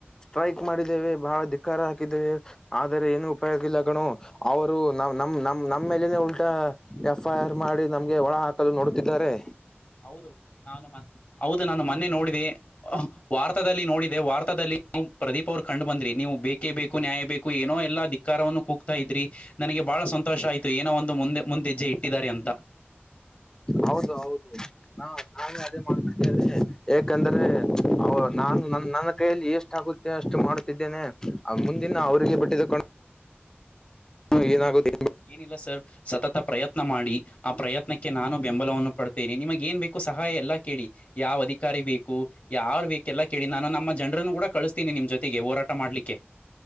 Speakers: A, on the left (about 15°); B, on the left (about 45°).
A: ಸ್ಟ್ರೈಕ್ ಮಾಡಿದ್ದೇವೆ ಬಹಳ ಧಿಕ್ಕಾರ ಹಾಕಿದ್ದೇವೆ ಆದ್ರ ಏನು ಉಪಯ ಇಲ್ಲ ಗಣು ಅವರು ನ್ ನಮ ನ ನಮ್ಮೇಲನೆ ಉಲ್ಟಾ ಎಫ್ ಐ ಆರ್ ಮಾಡಿ ನಮ್ಗೆ ಒಳ ಹಾಕಲು ನೋಡುತ್ತಿದ್ದಾರೆ
B: ಹೌದು ನಾನು ಮ ಹೌದು ನಾನು ಮೊನ್ನೆ ನೋಡಿದೆ ವಾರ್ತದಲ್ಲಿ ನೋಡಿದೆ ವಾರ್ತದಲ್ಲಿವು ಪ್ರದೀಪ್ ಅವ್ರು ಕಂಡ್ ಬಂದ್ರಿ ನೀವು ಬೇಕೇ ಬೇಕು ನ್ಯಾಯ ಬೇಕು ಏನ ಎಲ್ಲ ಕಾರವನ್ನು ಕೂಗ್ತಾ ಇದ್ರಿ ನನಗೆ ಬಹಳ ಸಂತೋಷ ಆಯ್ತು ಏನೋ ಒಂದು ಮುಂದೆ ಮುಂದೆಜ್ಜೆ ಇಟ್ಟಿದ್ದಾರೆ ಅಂತ
A: ಹೌದು ಹೌದು ಹಾ ನಾನೇ ಅದೇ ಮಾಡ್ತಡ್ತೇನೆ ಯಾಕಂದ್ರೆ ಅವ ನಾನು ನ ನನ್ನ ಕೈಯಲ್ಲಿ ಎಷ್ಟ ಆಗುತ್ತ ಅಷ್ಟು ಮಾಡುತ್ತಿದ್ದೇನೆ ಮುಂದಿನ ಅವರಿಗೆ ಬಿಟ್ಟಿದ್ದ ಹಾ ಏನಾಗೋದು
B: ಏನಿಲ್ಲ ಸರ್ ಸತತ ಪ್ರಯತ್ನ ಮಾಡಿ ಆ ಪ್ರಯತ್ನಕ್ಕೆ ನಾನು ಬೆಂಬಲವನ್ನು ಪಡ್ತೇನೆ ನಿಮಗ ಏನ್ ಬೇಕ ಸಹಾಯ ಎಲ್ಲಾ ಕೇಳಿ ಯಾವ್ ಅಧಿಕಾರಿ ಬೇಕು ಯಾರ ವೇಕ ಎಲ್ಲ ಕೇಳಿ ನಾನು ನಮ್ಮ ಜನರನ್ನು ಕೂಡ ಕಳಿಸ್ತೀನಿ ನಿಮ್ ಜೊತೆಗೆ ಹೋರಾಟ ಮಾಡಲಿಕ್ಕೆ